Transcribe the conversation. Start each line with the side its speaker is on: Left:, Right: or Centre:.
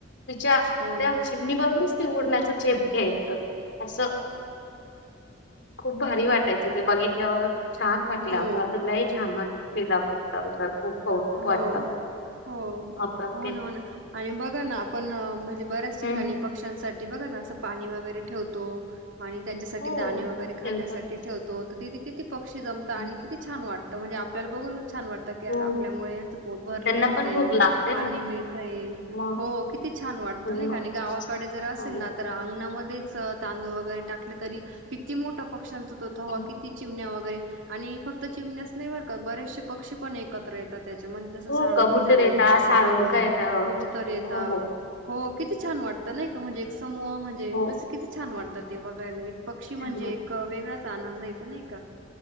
Left: तिच्या
Right: हो
Left: त्या चिमणीबाबरच. ते उडण्याच झेप घ्यायचं असं खूप भारी वाटत. यच ते बघितल्यावर छान वाटलं
Right: हो
Left: आमला तुलाही छान वाटलं पिलाबद्दल जर खूप कौतुक
Right: हो
Left: वाटलं.
Right: हो
Left: आपण
Right: हो
Left: ते
Right: ना हो ना आणि बघा ना आपण म्हणजे. बऱ्याच
Left: हम्म
Right: ठिकाणी पक्ष्यांसाठी बघा ना असं पाणी वगैरे ठेवतो आणि त्यांच्यासाठी
Left: हो
Right: दाणे वगैरे
Left: खूप
Right: खाण्यासाठी
Left: ठेवतात
Right: ठेवतो तर तिथे किती पक्षी जम आणि
Left: हं,
Right: किती छान वाटतं म्हणजे आपल्याला बघून छान वाटत की
Left: खूप
Right: यार आपल्यामुळे यांचं पोट भरलं
Left: त्यांना
Right: जातय
Left: पण भूक लागते
Right: पाणी
Left: ना
Right: मिळतंय
Left: मग
Right: हो किती छान वाटत
Left: कोणी
Right: नाही
Left: मग
Right: का आणि गावाकडे जर असेल
Left: हं,
Right: ना तर अंगणामध्येच तांदूळ वगैरे टाकले तरी किती मोठा पक्ष्यांच तोथवा
Left: हो
Right: किती चिमण्या वगैरे आणि फक्त चिमण्याच नाही भरकत बरेचसे पक्षी पण एकत्र येत त्याच्या म तस
Left: हो
Right: साळुंकी
Left: कबुतर
Right: झालं,
Left: येतात
Right: कावळा
Left: साळुंका
Right: झालं,
Left: येत
Right: कबूतर येत
Left: हो
Right: हो. किती छान वाटतं नाही का म्हणजे एक समूह म्हणजे
Left: हो
Right: कस किती छान वाटतं ते बघायला एक पक्षी म्हणजे
Left: छान वाटलं
Right: एक वेगळाच आनंद आहे, का नाही का.